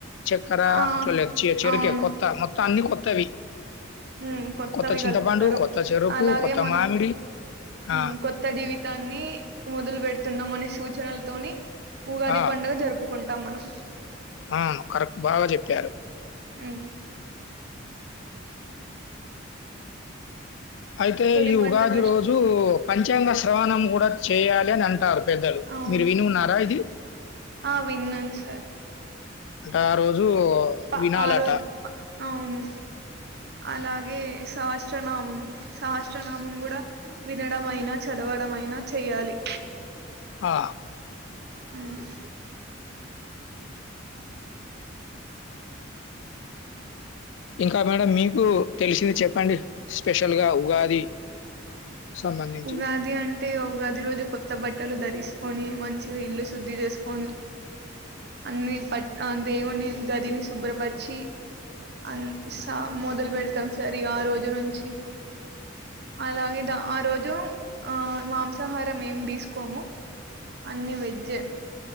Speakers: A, on the left (about 65°); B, on the right (about 55°).
A: చక్కెర
B: ఆ
A: అట్లా లేదు చె-చెరుకే
B: అవును
A: కొత్త మొత్త అన్ని కొత్తవి
B: ఉ కొత్తవిగలుపుతారు
A: కొత్త చింతపండు, కొత్త చెరుకు,
B: అలాగే
A: కొత్త
B: మనం
A: మామిడి. ఆ!
B: మ్ కొత్త జీవితాన్ని మొదలు పెడుతున్నామనే సూచ నల తోని ఉగాది
A: ఆ!
B: పండగ జరుపుకుంటాం మనం
A: అవును కరెక్ట్ బాగా చెప్పారు
B: మ్
A: అయితే
B: తొలి
A: ఈ ఉగాది
B: పండగ
A: రోజు పంచాంగ శ్రవణం కూడా చేయాలి అని అంటారు పెద్దలు
B: అవును
A: మీరు విని ఉన్నారా ఇది
B: ఆ విన్నాను సార్
A: అంటే ఆ రోజు
B: ప
A: వినాలట.
B: ఆరోజ్ అవును అలా గే సహస్త్రనామం సహస్త్రనామం కూడా వినడం అయినా చదవ దమైన చేయాలి
A: ఆ
B: మ్
A: ఇంకా మేడం మీకు తెలిసింది చెప్పండి స్పెషల్ గా ఉగాది సంబంధించి.
B: ఉగాది అంటే ఉగాది రోజు కొత్త బట్టలు దరిసుకొని మంచిది ఇల్లు శుద్ధి చేసుకోని అన్ని పట్ ఆ దేవుని గదిని శుభ్రపరిచి అన్ స మొదలు పెడతాం సార్ ఇగ ఆ రోజు నుంచి అలాగే ద ఆ రో ఆ మాంసాహారం ఏం తీసుకోము అన్ని వెజ్జే